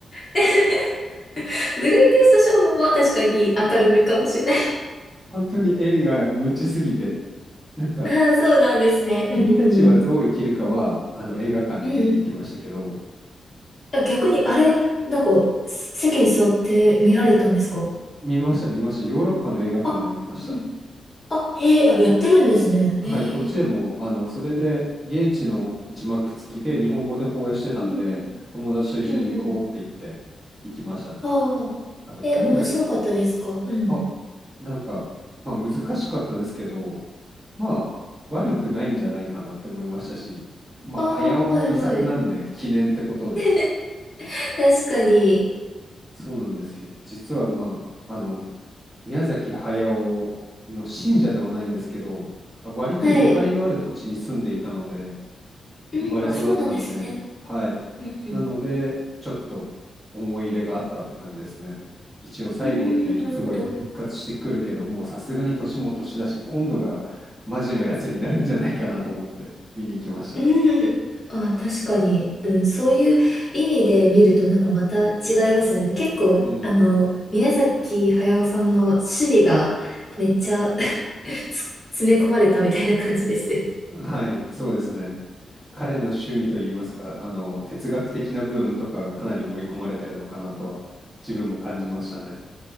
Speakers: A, on the left (about 25°); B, in the centre.
A: <laughs> グレイテストショーもまあ確かに明るめかもしれない
B: 本当に映画無知すぎて。なんか、
A: ああ、そうなんですね。うんうんうん。
B: 君たちはどう生きるかは、あの映画館で見に行きましたけど、
A: うんうん。あ逆にあれ、なんか、せ席に座って見られたんですか
B: 見ました、見ました。ヨーロッパの映画館で見ました。
A: あ、うん。あ、へえ、あやってるんですね。
B: はい、
A: へえ。
B: こっちでも、あの、それで、現地の字幕付きで日本語で放映してたんで、
A: うんうん。
B: 友達と一緒に行こうって言って、
A: うんうん。
B: 行きましたね。
A: ああ。
B: あと、
A: え、
B: 海外、
A: 面白かったですかうん。
B: あ、なんか、まあ難しかったですけど、まあ、悪くないんじゃないかなって思いましたし、まあ、
A: ああ、
B: パヤオの遺作なんで、
A: はいはい。
B: 記念ってことで。
A: <laughs> 確かに。
B: そうなんですよ。実は、まあ、あの、宮崎駿の信者ではないんですけど、割とゆかりのある土地に住んでいたので、
A: はい。うん、
B: 生まれ育ったので、
A: あ、そうなんですね。
B: はい。
A: うんうん。
B: なので、ちょっと思い入れがあったって感じですね。一応最後っていつもいて復活してくるけど、
A: うーん、なるほど。
B: もうさすがに年も年だし、今度がマジのやつになるんじゃないかなと思って見に行きましたね。
A: うん。あ、確かに、うん、そういう意味で見るとなんかまた違いますよね。結構、
B: うん。
A: あの、宮崎駿さんの趣味がめっちゃ <laughs> つ詰め込まれたみたいな感じでしたよね。
B: はい、そうですね。彼の趣味といいますか、あの、哲学的な部分とかがかなり盛り込まれてるのかなとは、自分も感じましたね。